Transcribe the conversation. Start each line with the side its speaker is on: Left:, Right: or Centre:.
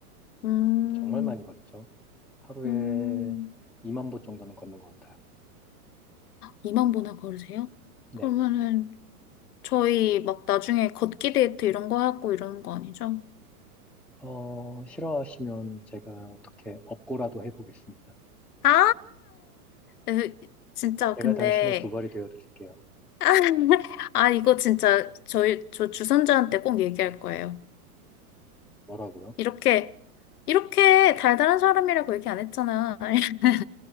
Left: 음,
Centre: 정말 많이 걷죠. 하루에
Left: 음,
Centre: 2만 보 정도는 걷는 것 같아요.
Left: 2만 보나 걸으세요?
Centre: 네.
Left: 그러면은 저희 막 나중에 걷기 데이트 이런 거 하고 이러는 거 아니죠?
Centre: 어, 싫어하시면 제가 어떻게 업고라도 해보겠습니다.
Left: 아, 으, 진짜
Centre: 제가
Left: 근데
Centre: 당신의 두 발이 되어 드릴게요.
Left: <laughs> 아 이거 진짜 저희 저 주선자한테 꼭 얘기할 거예요.
Centre: 뭐라고요?
Left: 이렇게 이렇게 달달한 사람이라고 얘기 안 했잖아. <laughs>